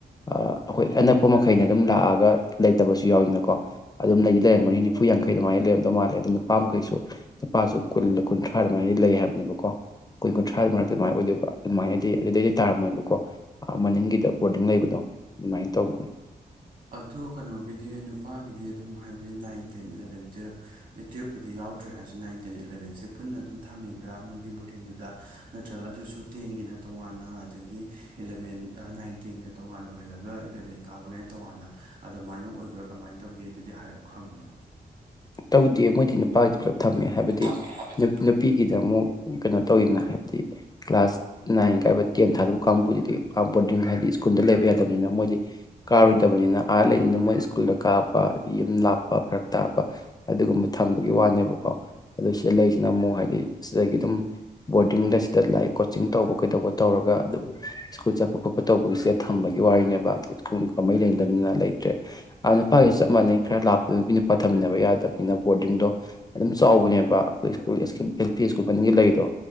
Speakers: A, on the left; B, on the right.
A: ꯑ ꯑꯩꯈꯣꯏ ꯑꯅꯛꯄ ꯃꯈꯩꯅ ꯑꯗꯨꯝ ꯂꯥꯛꯑꯒ ꯂꯩꯇꯕꯁꯨ ꯌꯥꯎꯋꯤꯗꯅꯀꯣ ꯑꯗꯨꯝ ꯂꯩꯗꯤ ꯂꯩꯔꯝꯒꯅꯤ ꯅꯤꯐꯨ ꯌꯥꯡꯈꯩ ꯑꯗꯨꯃꯥꯏꯅ ꯂꯩꯔꯝꯗꯧ ꯃꯥꯜꯂꯦ ꯑꯗꯨ ꯅꯨꯄꯥ ꯃꯈꯩꯁꯨ ꯅꯨꯄꯥꯁꯨ ꯀꯨꯜꯂꯥ ꯀꯨꯟꯊ꯭ꯔꯥꯔ ꯑꯗꯨꯃꯥꯏꯅ ꯂꯩ ꯍꯥꯏꯕꯅꯦꯕꯀꯣ ꯀꯨꯟ ꯀꯨꯟꯊ꯭ꯔꯥꯒꯤ ꯃꯔꯛꯇ ꯑꯗꯨꯃꯥꯏꯅ ꯑꯣꯏꯗꯣꯏꯕ ꯑꯗꯨꯃꯥꯏꯅꯗꯤ ꯑꯗꯨꯗꯩꯗꯤ ꯇꯥꯔꯝꯃꯣꯏꯕꯀꯣ ꯑꯥ ꯃꯅꯤꯡꯒꯤꯗ ꯕꯣꯔꯗꯤꯡ ꯂꯩꯕꯗꯣ ꯑꯗꯨꯃꯥꯏꯅ ꯇꯧꯕꯅꯦ
B: ꯑꯗꯣ ꯀꯩꯅꯣꯒꯤꯗꯤ ꯅꯨꯄꯥꯒꯤꯗꯤ ꯑꯗꯨꯝ ꯍꯥꯏꯕꯗꯤ ꯅꯥꯏꯟ ꯇꯦꯟ ꯏꯂꯕꯦꯟ ꯇꯨꯌꯦꯜꯞ ꯇꯨꯌꯦꯜꯄꯨꯗꯤ ꯌꯥꯎꯗ꯭ꯔꯦ ꯍꯥꯏꯔꯁꯨ ꯅꯥꯏꯟ ꯇꯦꯟ ꯏꯂꯚꯦꯟꯁꯦ ꯄꯨꯟꯅ ꯑꯗꯨꯝ ꯊꯝꯃꯤꯕ꯭ꯔꯥ ꯃꯣꯏꯒꯤ ꯕꯣꯔꯗꯤꯡꯗꯨꯗ ꯅꯠꯇ꯭ꯔꯥꯒ ꯑꯗꯨꯁꯨ ꯇꯦꯟꯒꯤꯅ ꯇꯣꯉꯥꯟꯅ ꯑꯗꯒꯤ ꯏꯂꯚꯦꯟ ꯑꯥ ꯅꯥꯏꯟ ꯇꯦꯟꯒꯤꯅ ꯇꯣꯉꯥꯟ ꯑꯣꯏꯍꯜꯂꯒ ꯏꯂꯚꯦꯟ ꯀꯥꯕꯒꯩꯅ ꯇꯣꯡꯉꯥꯟꯅ ꯑꯗꯨꯃꯥꯏꯅ ꯑꯣꯏꯕ꯭ꯔꯥ ꯀꯃꯥꯏꯅ ꯇꯧꯒꯦ ꯑꯗꯨꯗꯤ ꯍꯥꯏꯔꯞ ꯈꯪꯕ꯭ꯔꯥ
A: ꯇꯧꯗꯤꯌꯦ ꯃꯣꯏꯗꯤ ꯅꯨꯄꯥꯒꯤꯗꯤ ꯄꯨꯂꯞ ꯊꯝꯃꯦ ꯍꯥꯏꯕꯗꯤ
B: ꯊꯝꯃꯦ ꯍꯥꯏꯕꯗꯤ
A: ꯅ‌ꯨꯞ ꯅꯨꯄꯤꯒꯤꯗ ꯑꯃꯨꯛ ꯀꯩꯅꯣ ꯇꯧꯋꯤꯗꯅ ꯍꯥꯏꯕꯗꯤ ꯀ꯭ꯂꯥꯁ ꯅꯥꯏꯟ ꯀꯥꯕ ꯇꯦꯟ ꯊꯥꯗꯨꯕ ꯀꯥꯡꯕꯨꯁꯤꯗꯤ ꯕꯣꯔꯗꯤꯡ ꯍꯥꯏꯗꯤ ꯁ꯭ꯀꯨꯜꯗ ꯂꯩꯕ ꯌꯥꯗꯕꯅꯤꯅ ꯃꯣꯏꯗꯤ ꯀꯥꯔꯣꯏꯗꯕꯅꯤꯅ ꯑꯥ ꯂꯩꯕꯅꯤꯅ ꯃꯣꯏ ꯁ꯭ꯀꯨꯜꯗ ꯀꯥꯕ ꯌꯨꯝ ꯂꯥꯞꯄ ꯐꯔꯛ ꯇꯥꯕ ꯑꯗꯨꯒꯨꯝꯕ ꯊꯝꯕꯒꯤ ꯋꯥꯅꯦꯕꯀꯣ ꯑꯗꯨ ꯁꯤꯗ ꯂꯩꯁꯤꯅ ꯑꯃꯨꯛ ꯍꯥꯏꯗꯤ ꯁꯤꯗꯒꯤ ꯑꯗꯨꯝ ꯕꯣꯔꯗꯤꯡꯗ ꯁꯤꯗ ꯂꯥꯏꯔꯤꯛ ꯀꯣꯆꯤꯡ ꯇꯧꯕ ꯀꯩꯗꯧꯕ ꯇꯧꯔꯒ ꯑꯗꯨꯝ ꯁ꯭ꯀꯨꯜ ꯆꯠꯄ ꯈꯣꯠꯄ ꯇꯧꯕꯒꯤꯁꯦ ꯊꯝꯕꯒꯤ ꯋꯥꯔꯤꯅꯦꯕ ꯑꯗꯨ ꯁ꯭ꯀꯨꯜꯒ ꯃꯔꯤ ꯂꯩꯅꯗꯕꯅꯤꯅ ꯂꯩꯇ꯭ꯔꯦ ꯑꯥ ꯅꯨꯄꯥꯒꯤꯁꯨ ꯆꯞꯃꯥꯟꯅꯩ ꯈꯔ ꯂꯥꯞꯄꯗ ꯅꯨꯄꯤ ꯅꯨꯄꯥ ꯊꯝꯃꯤꯟꯅꯕ ꯌꯥꯗꯕ ꯑꯗꯨꯅ ꯕꯣꯔꯗꯤꯡꯗꯣ ꯑꯗꯨꯝ ꯆꯥꯎꯕꯅꯦꯕ ꯑꯩꯈꯣꯏ ꯁꯀꯨꯜ ꯑꯦꯜ ꯄꯤ ꯁ꯭ꯀꯨꯜ ꯃꯅꯤꯡꯒꯤ ꯂꯩꯗꯣ